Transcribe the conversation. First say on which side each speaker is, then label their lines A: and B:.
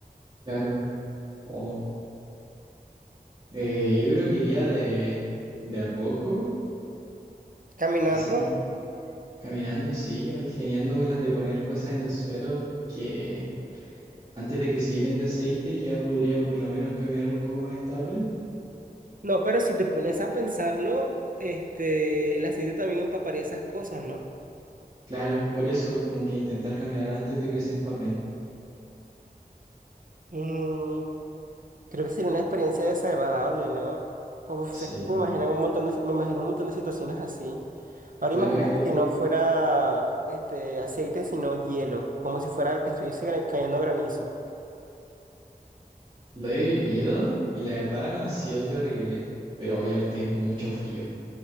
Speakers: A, on the right; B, on the right.
A: Claro. O eh, yo creo que iría de, de a poco,
B: caminando.
A: quizá in- caminando, sí, o ingeniándome las de poner cosas en el suelo que antes de que se llenen de aceite ya podría por lo menos caminar un poco más estable.
B: No, pero si te pones a pensarlo, este, el aceite también empaparía esas cosas, ¿no?
A: Claro, por eso como que intentar caminar antes de que se empapen.
B: Mm, creo que sería una experiencia desagradable, ¿no? Uf,
A: Sí,
B: es que me imaginan un montón de, si, me imagino un montón de situaciones así. Ahora
A: claro,
B: imagínate
A: es que
B: que
A: tú
B: no fuera este aceite, sino hielo, como si fuera estuviese gra- cayendo granizo.
A: lo he vivido y la verdad no ha sido terrible, pero obviamente es mucho frío,